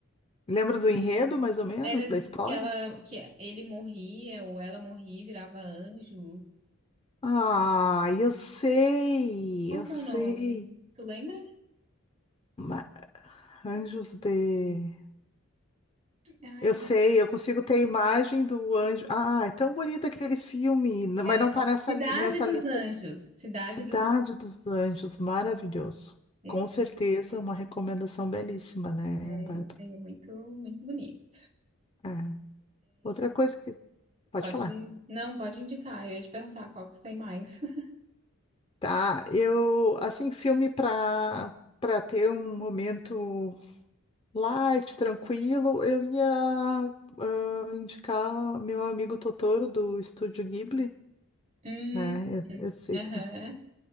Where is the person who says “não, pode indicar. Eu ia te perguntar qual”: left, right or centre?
Right